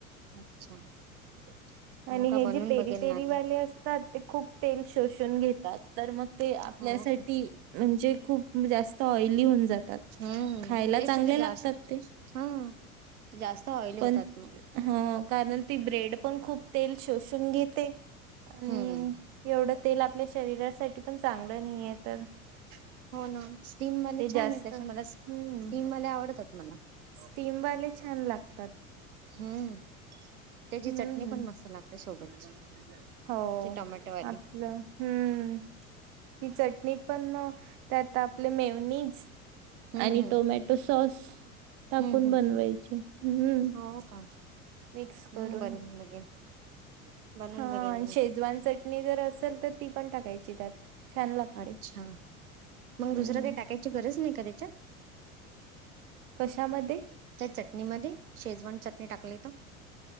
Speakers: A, on the right; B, on the right.
A: <inaudible> अच्छा, <inaudible>
B: <inaudible> आणि
A: हो का
B: हे
A: बनून
B: जे पेरी
A: बघेल
B: पेरीवाले
A: ना आता
B: असतात ते खूप तेल शोषून घेतात तर मग ते, आपल्यासाठी
A: हो का
B: म्हणजे खूप जास्त ऑइली होऊन जातात.
A: हम्म
B: <inaudible> <inaudible> खायला
A: तेच
B: चांगले
A: तर ते
B: लागतात
A: जास्त
B: ते, <inaudible>
A: हा <inaudible> ते जास्त ऑइल
B: पण
A: होतात मग, <inaudible>
B: ह कारण ती ब्रेड पण खूप तेल शोषून घेते <inaudible> आणि
A: हम्म
B: <inaudible> एवढं, तेल आपल्या शरीरासाठी पण चांगलं नाही आहे तर, <inaudible>
A: <inaudible> हो ना स्टीमवाले
B: ते
A: छान
B: जास्त
A: आहे त्याच्या
B: हम्म
A: मला <inaudible> स्टीमवाले आवडतात मला,
B: स्टीमवाले छान लागतात. <inaudible>
A: <inaudible> हम <inaudible> त्याची
B: हम्म
A: चटणी पण मस्त लागते.
B: <inaudible>
A: सोबतची
B: हो
A: ते टोमॅटोवाली
B: <inaudible> आपलं हं <inaudible> ती चटणी पण <inaudible> त्यात आपले मेवनीच <inaudible> <inaudible>
A: हम्म
B: आणि
A: हम्म
B: टोमॅटो सॉस <inaudible> टाकून
A: हम्म हम्म
B: बनवायचे हं,
A: हो
B: <inaudible>
A: का
B: <inaudible> मिक्स
A: हम्म
B: करून,
A: बनून
B: <inaudible>
A: बघेल
B: <inaudible>
A: बनून
B: हा
A: बघेल
B: आण
A: मी
B: शेजवान चटणी जर असेल तर ती पण टाकायची त्यात. छान
A: <inaudible>
B: लागते
A: अच्छा <inaudible>
B: हम्म
A: मग दुसरं काही टाकायची गरज नाही का त्याच्यात, <inaudible>
B: कशामध्ये
A: <inaudible> त्या चटणीमध्ये शेजवान चटणी टाकलीेत. <inaudible>